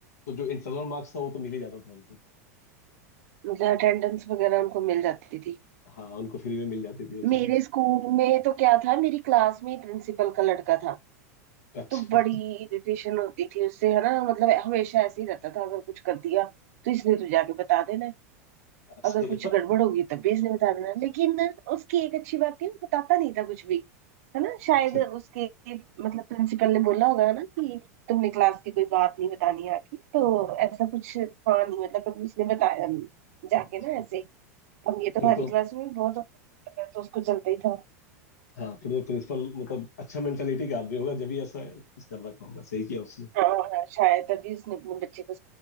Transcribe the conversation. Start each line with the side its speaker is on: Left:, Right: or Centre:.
Left: तो जो इंटरनल मार्क्स था वो तो मिल ही जाता था हमको
Right: मतलब अटेंडेंस वगैरह उनको मिल जाती थी
Left: हाँ उनको फ्री में मिल जाती थी वो चीजें
Right: मेरे स्कूल में तो क्या था मेरी क्लास में प्रिंसिपल का लड़का था
Left: अच्छा
Right: तो बड़ी इरिटेशन होती थी उससे है ना मतलब हमेशा ऐसे ही रहता था अगर कुछ कर दिया तो इसने तो जाके बता देना
Left: <laughs> सही
Right: अगर कुछ
Left: बात
Right: गड़बड़ होगी तब भी इसने बता देना लेकिन ना, उसकी एक अच्छी बात थी वो बताता नहीं था कुछ भी है ना शायद
Left: अच्छा
Right: उसके मतलब प्रिंसिपल ने बोला होगा ना कि तुमने क्लास की कोई बात नहीं बतानी आके तो ऐसा कुछ था नहीं मतलब कभी उसने बताया नहीं जाके
Left: अच्छा।
Right: ना ऐसे अब ये तो
Left: फिर
Right: हमारी
Left: तो
Right: क्लास में बहुत होता है, तो उसको चलता ही था
Left: हाँ फिर तो प्रिंसिपल मतलब अच्छा मेंटेलिटी का आदमी होगा जब भी ऐसा कुछ कर रखा होगा सही किया उसने
Right: हाँ हाँ, शायद तभी उसने अपने बच्चे को